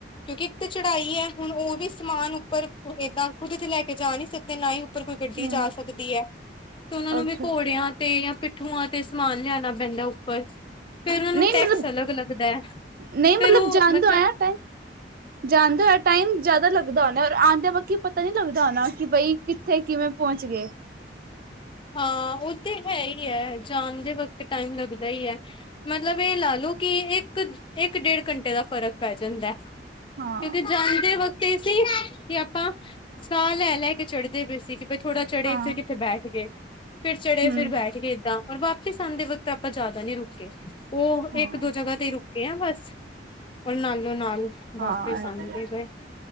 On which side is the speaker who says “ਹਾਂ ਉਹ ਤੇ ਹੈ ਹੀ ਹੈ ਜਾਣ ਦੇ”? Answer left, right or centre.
Left